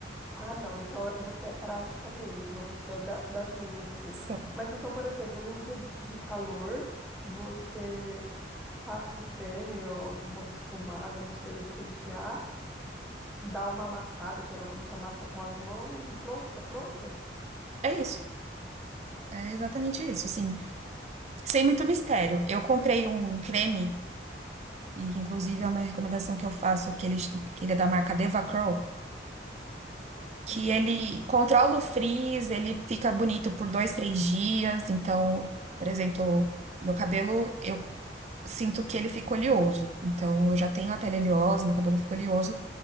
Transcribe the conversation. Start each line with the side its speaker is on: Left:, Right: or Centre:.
Centre: Ah, não, então é- você é prática mesmo, você é da- das minhas, assim.
Right: <laughs> Só.
Centre: Mas então, por exemplo, num dia de de calor, você passa um creme ou alguma pomada, não sei, de pentear, dá uma amassada, geralmente amassa com as mãos e pronto, tá pronta?
Right: É isso. É exatamente isso, assim, sem muito mistério. Eu comprei um creme E, inclusive, é uma recomendação que eu faço, que ele, que ele é da marca Deva Curl, que
Centre: Nunca.
Right: ele controla o frizz, ele fica bonito por dois, três dias. Então, por exemplo, meu cabelo, eu sinto que ele fica oleoso. Então, eu já tenho a pele oleosa, meu cabelo fica oleoso.